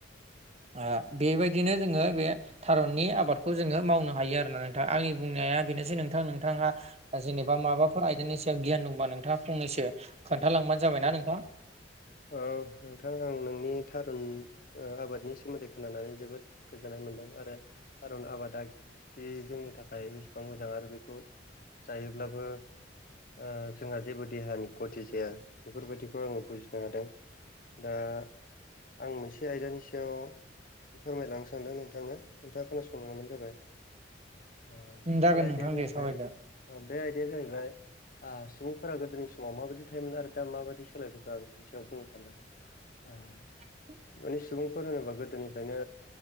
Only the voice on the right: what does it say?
ओ बेबायदिनो जोंङो बे थारुननि आबाद खौ जोंङो मावनो हायो आरो ना नोंथां आंनि बुंनाया बेनोसै नोंथां नोंथांङा ओ जेनेबा माबाफोर आयदानि सायाव गियान दंबा नोंथांङा फंनैसो खोनथालांबानो जाबायना नोंथां
जागोन
नोंथां
दे सावरायदो
<inaudible>